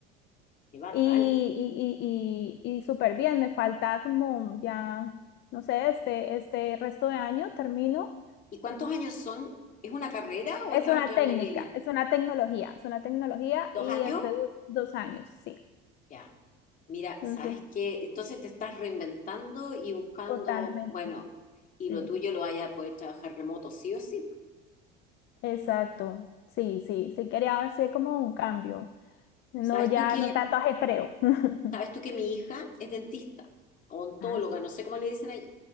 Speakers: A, on the left (about 40°); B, on the left (about 55°).
A: Qué bacán.
B: Y, y, y, y, y súper bien, me falta como ya, no sé, este, este resto de año termino.
A: ¿Y cuántos años son? ¿Es una carrera o
B: Es
A: estás
B: una
A: estudiando
B: técnica,
A: en línea?
B: es una tecnología, es una tecnología
A: ¿Dos
B: y
A: años?
B: es de do- dos años, sí.
A: Ya. Mira,
B: Entonces,
A: ¿sabes qué? Entonces te estás reinventando y buscando,
B: totalmente,
A: bueno, y
B: sí.
A: lo tuyo lo vaya a poder trabajar remoto, sí o sí.
B: Exacto, sí, sí, sí quería hacer como un cambio, no
A: ¿Sabes
B: ya,
A: tú que,
B: no tanto ajetreo. <laughs>
A: sabes tú que mi hija es dentista, odontóloga,
B: Ah, eso.
A: no sé cómo le dicen allá.